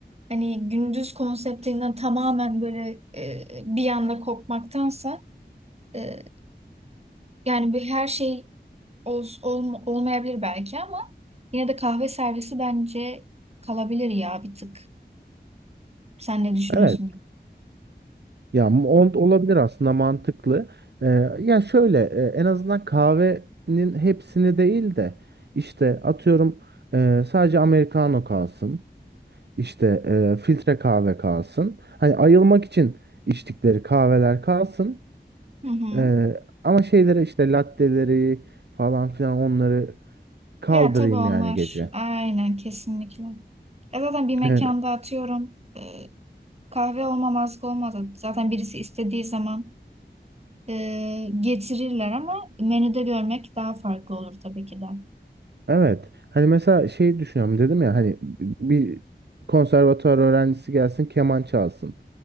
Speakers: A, on the right; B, on the right.
A: hani gündüz konseptinden tamamen böyle e, bir anda kopmaktansa e, yani bir her şey ol, olma- olmayabilir belki ama yine de kahve servisi bence kalabilir ya bir tık. Sen ne düşünüyorsun?
B: Evet. Ya m- ol- olabilir aslında mantıklı. Ee, ya şöyle e, en azından kahvenin hepsini değil de işte atıyorum e, sadece americano kalsın. İşte e, filtre kahve kalsın. Hani ayılmak için içtikleri kahveler kalsın.
A: Hı hı.
B: Ee, ama şeylere işte latteleri falan filan onları kaldırayım
A: Ya tabii onlar
B: yani gece.
A: aynen kesinlikle. Ya zaten bir mekanda
B: E,
A: atıyorum e, kahve olmamazlık olmadı. Zaten birisi istediği zaman e, getirirler ama menüde görmek daha farklı olur tabii ki de.
B: Evet. Hani mesela şey düşünüyorum dedim ya hani bir konservatuar öğrencisi gelsin keman çalsın.